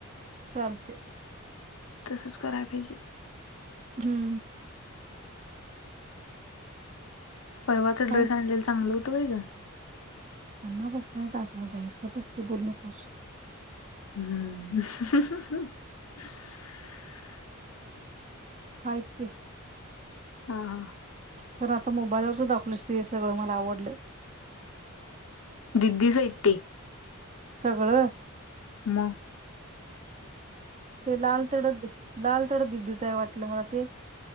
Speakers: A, on the right; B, on the left.
A: चालतय.
B: तसच करायला पाहिजे.
A: हं
B: परवाचा ड्रेस
A: काय
B: आणलेला चांगलं होतं होय ग?
A: अण्णा बसणार दारा बाहेर ते बसलेत बोल नकोस!
B: हंअहंह
A: हा इतके
B: हा हा.
A: कारण आता मोबाईलवरच दाखवलीस ते सगळं मला आवडलेत.
B: दिदी सहित ती.
A: सगळं
B: मअ
A: ते लाल तेवढ लाल तेवढ दिदिचय वाटलं मला ते.